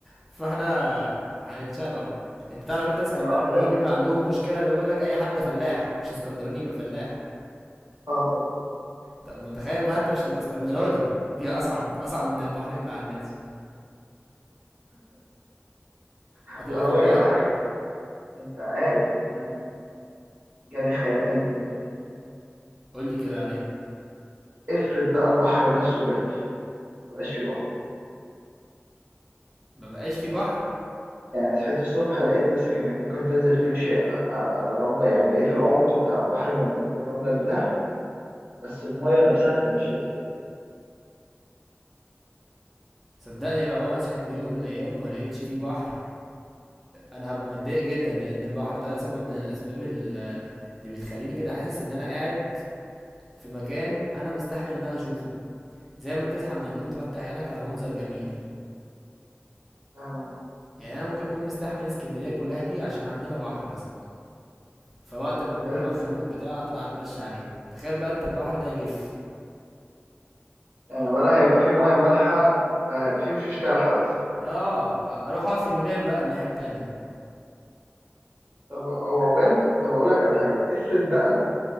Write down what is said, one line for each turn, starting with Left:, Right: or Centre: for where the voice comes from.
Centre: فاحنا هنتشلوح انت تعرف انت اسكندرانيين
Right: انا اكتر
Centre: بيبقى عندهم مشكله اللي هو بيقول لك اي حد فلاح مش اسكندراني يبقى فلاح
Right: اه طبعا
Centre: طب ما تخيل بقى انت مش تبقى اسكندراني دي اصعب اصعب من البحر يطلع على الناس هتبقى
Right: طب اقول
Centre: فلاح
Right: لك على حاجة انت عارف ان انا جالي خيال تاني دلوقتي
Centre: قول لي كده عليه
Right: افرض بقى البحر نفسه جف مبقاش فيه بحر
Centre: ما بقاش في بحر
Right: يعني صحيت الصبح لقيت نفسك انك ممكن تنزل تمشي ع- على الرملة يعني لقيت العمق بتاع البحر موجود بالرملة اللي تحت بس المية نفسها انت مش لاقيها
Centre: صدقني لو انا صحيت من يوم من الايام وما لقيتش فيه بحر انا هبقى متضايق جدا لان البحر ده سبب من الاسباب ال- اللي بتخليني كده حاسس ان انا قاعد في مكان انا مستحمل ان انا اشوفه زي ما تصحى من النوم تفتح عينك على منظر جميل
Right: فاهم قصدي؟
Centre: يعني انا ممكن اكون مستحمل اسكندريه كلها دي عشان عندنا بحر مثلا فوقت ما
Right: بجد
Centre: اكون مخنوق بتاع اطلع اتمشى عليه تخيل بقى انت البحر ده يجف
Right: يعني ولا هيبقى فيه مية مالحة ما هيبقى فيه وشوش كالحة بس
Centre: اه اروح اقعد في اليونان بقى الناحيه التانية
Right: طب هو بجد طب اقول لك على حاجة افرض بقى